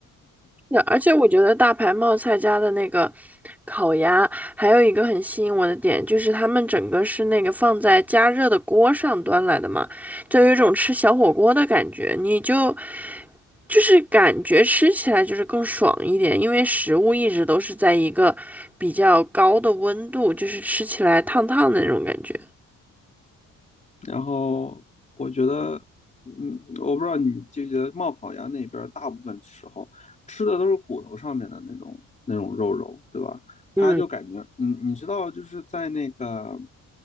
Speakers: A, in the centre; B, on the left.
A: 对而且我觉得大牌冒菜家的那个烤鸭，还有一个很吸引我的点，就是他们整个是那个放在加热的锅上端来的嘛，就有一种吃小火锅的感觉，你就就是感觉吃起来就是更爽一点，因为食物一直都是在一个比较高的温度，就是吃起来烫烫的那种感觉。
B: 然后我觉得，嗯，我不知道你记不记得，冒烤鸭那边儿大部分时候吃的都是骨头上面的那种那种肉肉，对吧？
A: 嗯，
B: 它就感觉，你你知道，就是在那个，